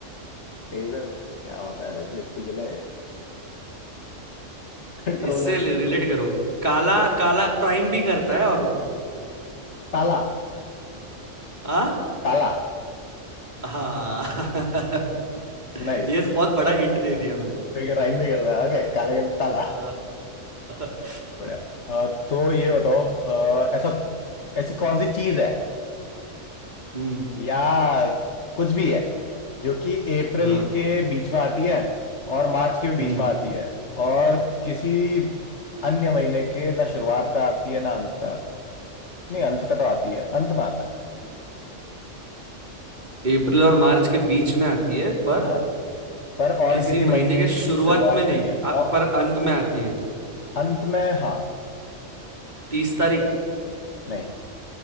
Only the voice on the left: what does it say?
टेजर क्या होता है भाई सेफ्टी के लिए कंट्रोलर
ताला
ताला
नाइस
राइम भी करता है ओके काला के ताला
बढ़िया अ, तो ये बताओ अ, ऐसा ऐसी कौन सी चीज है
या कुछ भी है जो कि अप्रैल
के बीच में आती है और मार्च के भी बीच
में आती है और किसी अन्य महीने के ना शुरुआत पे आती है ना अंत पे आती नहीं अंत पे तो आती है अंत में आता है
हाँ पर और
किसी
महीने
की शुरुआत
पे नहीं है
और
अंत में हाँ
नहीं